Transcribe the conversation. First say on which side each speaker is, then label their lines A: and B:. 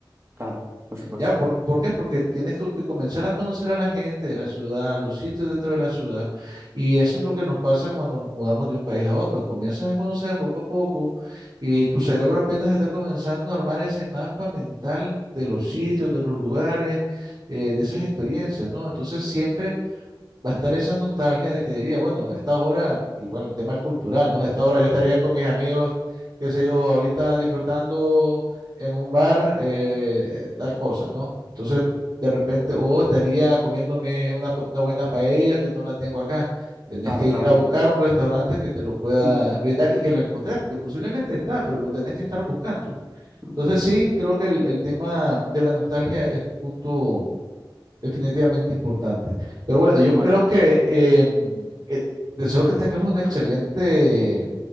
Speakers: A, on the right (about 30°); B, on the right (about 55°).
A: claro, por supuesto.
B: ¿Ya? ¿Por, por qué? Porque tienes que, que comenzar a conocer a la gente de la ciudad, los sitios dentro de la ciudad. Y eso es lo que nos pasa cuando nos mudamos de un país a otro. Comienzas a conocer poco a poco y tu cerebro apenas está comenzando a armar ese mapa mental de los sitios, de los lugares, eh, de esas experiencias, ¿no? Entonces, siempre va a estar esa nostalgia de que diría, bueno, a esta hora, igual el tema cultural, ¿no? A esta hora yo estaría con mis amigos, qué sé yo, ahorita disfrutando en un bar eh, tal cosa, ¿no? Entonces, de repente, o estaría comiéndome una, pa- una buena paella que no la tengo acá. Tenés
A: Claro,
B: que ir
A: claro.
B: a buscar un restaurante que te lo pueda
A: Mm.
B: brindar y que lo encontrés, porque posiblemente está, pero lo tenés que estar buscando.
A: mm.
B: Entonces, sí, creo que el, el tema de la nostalgia es un punto definitivamente importante. Pero bueno, yo creo
A: Bueno,
B: que eh, eh, deseo que tengas una excelente